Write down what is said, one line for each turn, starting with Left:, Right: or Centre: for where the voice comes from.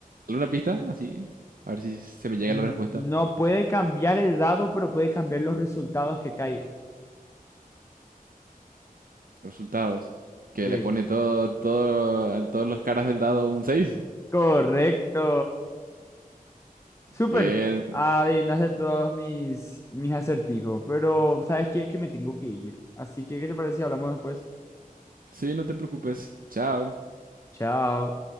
Right: ¿Alguna pista? Así. A ver si se me llega
Left: N-
Right: la respuesta.
Left: No puede cambiar el dado, pero puede cambiar los resultados que caigan.
Right: Resultados. Que
Left: Sí.
Right: le pone todo, todo, a todos los caras del dado un 6.
Left: Correcto. Súper.
Right: Bien.
Left: Adivinaste todos mis, mis acertijos, pero ¿sabes qué? Que me tengo que ir. Así que, ¿qué te parece si hablamos después?
Right: Sí, no te preocupes. Chao.
Left: Chao.